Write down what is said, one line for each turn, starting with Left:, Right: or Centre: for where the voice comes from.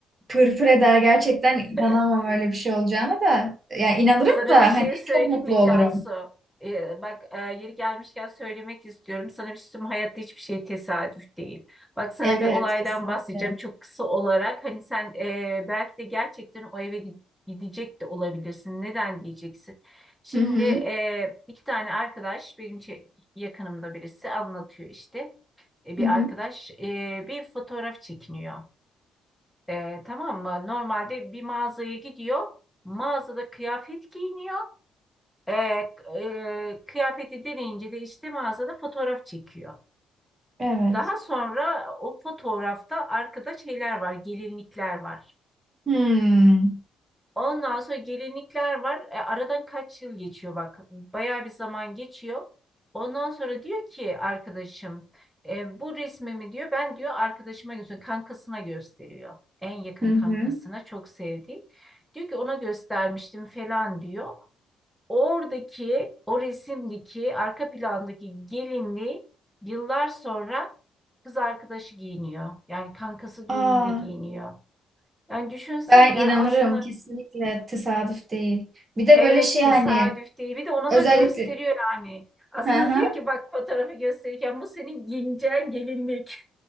Right: pırpır eder gerçekten inanamam
Centre: <laughs>
Right: öyle bir şey olacağına da. Yani inanırım
Centre: Sana
Right: da
Centre: bir şey
Right: hani
Centre: söyleyeyim
Right: çok mutlu
Centre: mi
Right: olurum.
Centre: Cansu? Ee, bak e, yeri gelmişken söylemek istiyorum. Sana bir şey söyleyeyim. mi? Hayatta hiçbir şey tesadüf değil. Bak sana
Right: Evet
Centre: bir olaydan
Right: kesinlikle.
Centre: bahsedeceğim çok kısa olarak. Hani sen e, belki de gerçekten o eve gi- gidecek de olabilirsin. Neden diyeceksin? Şimdi
Right: Hı hı.
Centre: e, iki tane arkadaş benim çe- yakınımda birisi anlatıyor işte. E,
Right: Hı
Centre: bir
Right: hı.
Centre: arkadaş e, bir fotoğraf çekiniyor. E, tamam mı? Normalde bir mağazaya gidiyor. Mağazada kıyafet giyiniyor. E, k- e, kıyafeti deneyince de işte mağazada fotoğraf çekiyor.
Right: Evet.
Centre: Daha sonra o fotoğrafta arkada şeyler var, gelinlikler var.
Right: Hmm.
Centre: Ondan sonra gelinlikler var. E, aradan kaç yıl geçiyor bak. Bayağı bir zaman geçiyor. Ondan sonra diyor ki arkadaşım e, bu resmimi diyor ben diyor arkadaşıma gösteriyorum. Kankasına gösteriyor. En yakın
Right: Hı
Centre: kankasına
Right: hı.
Centre: çok sevdiği. Diyor ki ona göstermiştim falan diyor. Oradaki o resimdeki arka plandaki gelinliği yıllar sonra kız arkadaşı giyiniyor. Yani kankası
Right: Aa,
Centre: düğününde giyiniyor. Yani düşünsene
Right: ben
Centre: yani
Right: inanırım
Centre: aslında
Right: kesinlikle tesadüf değil. Bir de
Centre: evet
Right: böyle şey
Centre: tesadüf
Right: hani
Centre: değil bir de ona
Right: özellikle
Centre: da gösteriyor yani. Aslında
Right: Hı hı.
Centre: diyor ki bak fotoğrafı gösterirken bu senin giyineceğin gelinlik.